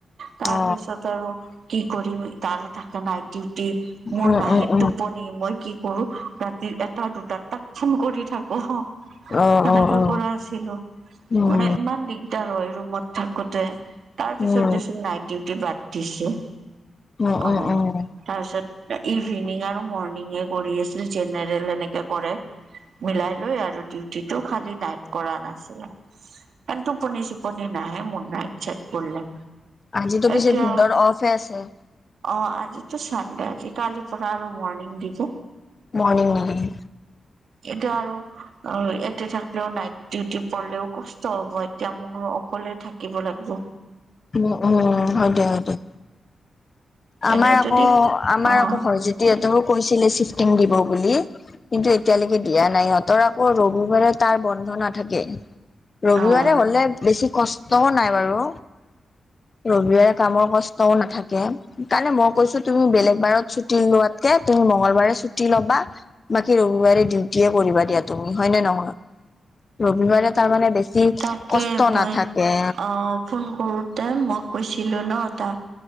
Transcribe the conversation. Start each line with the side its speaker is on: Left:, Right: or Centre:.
Right: তাৰপিছত
Left: অ
Right: আৰু কি কৰিম তাৰো ঠাকে নাই ডিউ টি মোৰ
Left: উম
Right: নাহে
Left: উম উম
Right: টোপনি মই কি কৰো ৰাতিৰ এটা দুটা তাক ফোন কৰি থাকো। অ, হহ
Left: অ',
Right: সেহেনে
Left: অ', অ',
Right: কৰা আছিলো
Left: উম,
Right: মানে ইমান দিগ এতি ৰ ৰুমত থাকোতে তাৰ পিছত
Left: উম, উম,
Right: দেচোন নাইট ডিউটি বাদ দিছে।
Left: উম,
Right: অ,
Left: উম।
Right: তাৰপিছত ইভিনিং আৰু মৰ্ণিঙে কৰি আছিল জেনে এনেকে কৰে মিলাই লৈ আৰু ডিউটিটো খালি নাইট কৰা নাছিলে। কাৰন টোপনি-চোপনি নাহে মোৰ নাই নাইট-চাইট কৰিলে।
Left: আজিতো
Right: এতিয়া
Left: পিছে ভিন্দৰ অফে আছে।
Right: অ, আজিতো চানডে আজি কালি পৰা আৰু মৰ্ণিং দিব।
Left: মণিং নিকি।
Right: এতিয়া আৰু অ, ইয়াতে থাকিলও নাইট ডিউটি পলেও কষ্ট হব এতিয়া মোৰ অকলে থাক কিব লাগিব।
Left: উম-উম হয়দে - হয়দে আমাৰ
Right: এনে
Left: আকৌ
Right: যদি
Left: - আমাৰ
Right: অ'
Left: আকৌ ভজিত সিহতকো কৈছিলে চিফ্টিং দিব বুলি। কিন্তু এতিয়ালৈকে দিয়া নাই সিহতৰ আকৌ ৰবিবাৰে তাৰ বন্ধ নাথাকে। ৰবিবাৰে
Right: অ'
Left: হলে বেছি কষ্টও নাই বাৰু। ৰবিবাৰে কামৰ কষ্টও নাথাকে। সকাৰণে মই কৈছো তুমি বেলেগ বাৰত ছুটি লোৱাতকে তুমি মংগলবাৰে ছুটি ল'বা। বাকী ৰবিবাৰে ডিউটি কৰিবা দিয়া তুমি হয় ন নহয় ৰবিবাৰে তাৰমানানে বেছি
Right: তাকে
Left: কি কষ্ট
Right: মই
Left: নাথাকে।
Right: অ ফোন কৰোতে মই কৈছিলো ন তাক